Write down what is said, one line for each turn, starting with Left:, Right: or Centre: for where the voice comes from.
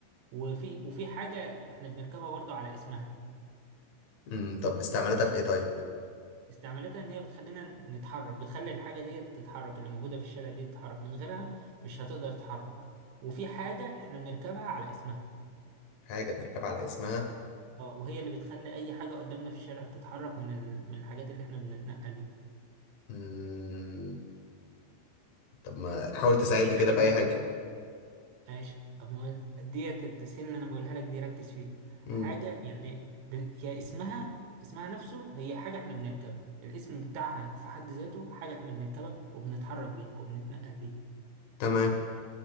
Right: وفي وفي حاجة احنا بنركبها برضو على اسمها
Left: امم طب استعملتها في ايه طيب
Right: استعمالتها ان هي بتخلينا نتحرك بتخلي الحاجه دي تتحرك اللي موجوده في الشارع دي تتحرك من غيرها مش هتقدر تتحرك وفي حاجه احنا بنركبها على اسمها
Left: حاجه بنركب على اسمها
Right: اه وهي اللي بتخلي اي حاجه قدامنا في الشارع تتحرك من ال... من الحاجات اللي احنا بنتنقل بيها
Left: مم. طب ما حاول تساعدني
Right: وفي حاجه
Left: كده باي
Right: بن...
Left: حاجه
Right: ماشي أما ديت التسهيل اللي انا بقولها لك دي ركز فيها
Left: امم
Right: حاجه يعني ب... هي اسمها اسمها نفسه هي حاجه احنا بنركبها الاسم بتاعها في حد ذاته حاجه احنا بنركبها وبنتحرك بيها وبنتنقل بيها
Left: تمام